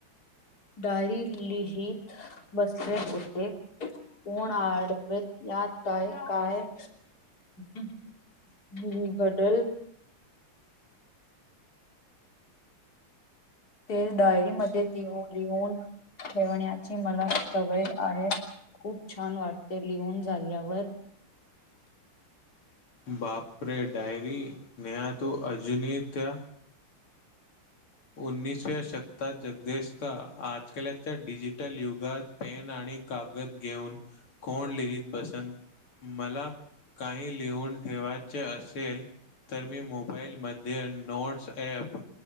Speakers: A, on the left; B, on the left.
A: डायरी लिहित बसले होते कोण आडवेत यात काय काय हम्म गडल ते डायरीमध्येध्ये त लिहून ठेवण्याची मला सवय आहे खूप छान वाटते लिहून झाल्यावर
B: बापरे डायरी नेहा तू अजनी त्या उसव्या शतकात जगदीेश का आजकालच्या डिजिटल युगात पेन आणि कागद घेऊन कोण लिहित बसंत मला काही लिहून ठेवायचे असेल तर मी मोबाईलमध्ये नोट्स ऍप